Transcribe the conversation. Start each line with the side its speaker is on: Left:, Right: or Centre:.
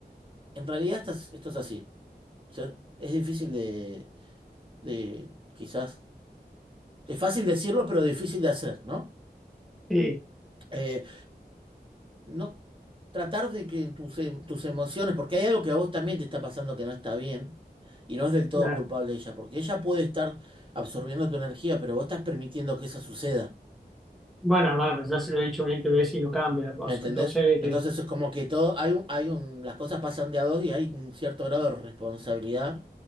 Right: en realidad estás- esto es así. O sea, es difícil de, de quizás, es fácil decirlo, pero difícil de hacer, ¿no?
Centre: sí,
Right: Eh, no, tratar de que tus, em- tus emociones, porque hay algo que a vos también te está pasando que no está bien, y no es del todo
Centre: claro.
Right: culpable ella, porque ella puede estar absorbiendo tu energía, pero vos estás permitiendo que eso suceda,
Centre: Bueno, no, ya se lo he dicho 20 veces y no cambia la cosa.
Right: ¿me entendés?
Centre: Entonces, este,
Right: Entonces es como que todo, hay un, hay un, las cosas pasan de a dos y hay un cierto grado de responsabilidad